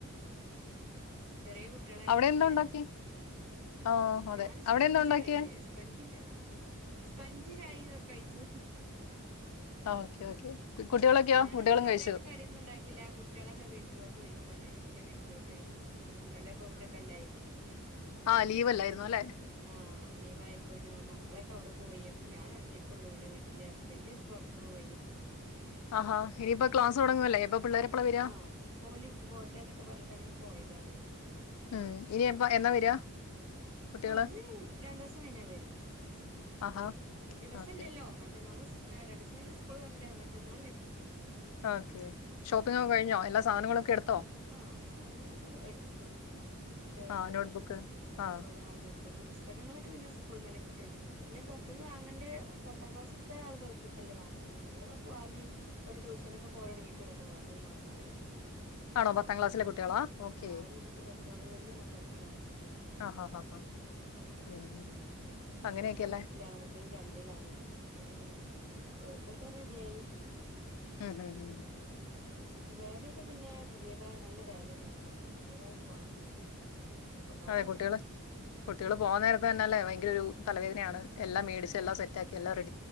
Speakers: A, on the right; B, on the left.
A: ചെറിയ കുട്ടികളായിരിക്കൂല്ലെ
B: അവിടെ എന്താ ഉണ്ടാക്കി ആ അതെ
A: ഞൻ സ്പഞ്ച്
B: അവിടെ എന്താ ഉണ്ടാക്കിയേ
A: കായിച്ച സ്പഞ്ചും ചായ സ്പഞ്ച് ചായ എന്നൊക്കെ കഴിച്ചു
B: ആ ഓക്കെ ഓക്കെ കുട്ടികളൊക്കെയോ
A: ഞാനൊന്നും
B: കുട്ടികളും
A: കാര്യമായിട്ട്
B: കഴിച്ചു
A: കയന്നും ഉണ്ടാക്കില്ല കുട്ടികളൊക്കെ വീട്ടിലോട്ട് പോ യ്ക്കാണ് എൻറെ വീട്ടിലോട്ട് നല്ലപ്പതൊക്കെല്ലായിരുന്നു
B: ആ ലീവ് ലായിരുന്നു അല്ലെ
A: ആ അ പ്പോ ലീവ് ആയപ്പോന്ന മക്കളൊക്കെ അവിടെ പോയി അപ്പൊ ഞാൻ ഒറ്റക്കൊുള്ളു ഇവിടെ വീട്ടിലെ ഹസ്ബൻഡ പുറത്തു പോയി
B: ആഹാ ഇനിയിപ്പൊ ക്ലാസ് തുടങ്ങുവല്ലേ ഇപ്പൊ പിള്ളേര് എപ്പളാ വരിക
A: ആഹ അപ്പൊല പോട്ടെന്നൊക്കെ പറഞ്ഞിട്ട് അങ്ങനെ പോയതാണ്
B: ഉം ഇനി എപ്പ എന്നാ വരിക കുട്ടികള്
A: ആ ഒരു രണ്ട ദിവസം കഴിഞ്ഞാൽ വരും
B: ആഹാ
A: ദിവസല്ലല്ലോ
B: ഓക്കെ
A: മറ്റന്നാള് സ് രണ്ട ദിവസം സ്കൂള് പറഞ്ഞില്ലേ മറ്റന്നാൾ വരും
B: ഓക്കെ ഷോപ്പിംഗ് ഒക്കെ കഴിഞ്ഞോ എല്ലാ സാധനങ്ങളൊക്കെ എടുത്തോ
A: ആ സാധനങ്ങളൊക്കെ എടുത്തു ബാഗ്
B: ആഹ് നോട്ട്ബുക്ക് ആഹ്
A: പടാനോ <unintelligible> ബുക്ക്‌ പുസ്തകങ്ങളൊക്കെ പിന്നെ സ്കൂളിന് തന്നെ കിട്ടുല്ലോ പിന്നെ പുറത്തുനിന്ന് വാങ്ങേണ്ടേ പത്താം ക്ലാസത്തെ ആളുകൾക്കൊക്കെല്ലേ വാങ്ങാനുള്ളത് വാങ്ങി ഓന്ട്യൂഷനൊക്കെ പോരനെരിങ്ങീട്ട് രണ്ട് മാസമായി ഒരു മാസമായി
B: ആണോ പത്താം ക്ലാസ്സിലെ കുട്ടികളാ ഓക്കെ
A: ആ ഒരു കുട്ടി പത്ത് ഒരു വല്യമോൾ പത്തിലാ
B: ആഹ് ഹാ ഹാ ഉം അങ്ങനെയൊക്കെയല്ലേ
A: മറ്റെള് എട്ടിലാണ് മറ്റെര് രണ്ടിലാണ് ഇപ്പൊ പിന്നെ ഒതൊക്കെ റെഡിയായി
B: ഹ ഹ ഹ
A: ബാഗ് ഒക്കെ പിന്നെ പുതിയതാ നല്ല ബാഗ് തന്നെ ഇണ്ട് അപ്പൊ പിന്നെ പുതിയതായിട്ട് വാങ്ങിയിട്ടില്ല ഒക്കപ്പാടെ
B: അതെ കുട്ടികള് കുട്ടികള് പോകാൻ നേരത്തെ തന്നെ അല്ലേ ഭയങ്കര ഒരു തലവേദയാണ് എല്ലാം മേടിച്ച് എല്ലാം സെറ്റാക്കി എല്ലാം റെ